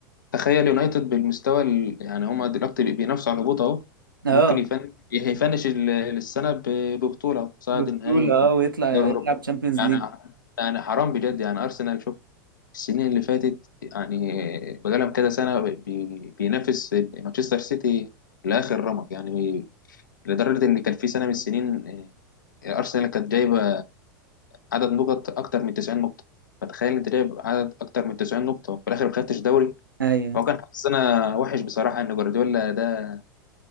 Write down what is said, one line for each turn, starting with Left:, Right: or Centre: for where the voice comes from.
Left: تخيل يونايتد بالمستوى ال- يعني هما دلوقتي بي- بينافسوا على الهبوط اهو
Right: اه
Left: ممكن يفن يفنش ال- السنه ب- ببطوله أو تصعد
Right: بطولة
Left: نهائي
Right: اه ويطلع
Left: دوري اوروبا
Right: يلعب تشامبيونز
Left: يعني
Right: ليج
Left: يعني حرام بجد يعني ارسنال شوف السنين اللي فاتت يعني بقالهم كذا سنه بي- بينافس مانشستر سيتي لاخر رمق يعني لدرجه ان كان في سنه من السنين آه، ارسنال كانت جايبه عدد نقط اكتر من 90 نقطه فتخيل انت جايب عدد اكتر من 90 نقطه وفي الاخر ما خدتش دوري
Right: ايوه
Left: هو كان حظنا وحش بصراحة إن جوارديولا ده